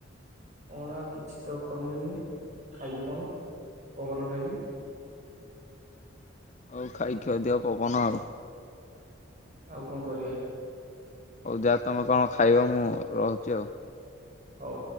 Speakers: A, on the right; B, on the left.
A: କଣ ଆଉ କିଛି ତ କରନି ମୁଁ ଖାଇବି କଣ? ପବନ ଖାଇବି।
B: ହୋଉ ଖାଇ ଖୁଆ ଦିଅ ପବନ ଆଉ।
A: ଆଉ କଁ କରିବା।
B: ହୋଉ ଯା ତମେ କଁ ଖାଇବ ମୁଁ ରହୁଚି ଆଉ।
A: ହୋଉ।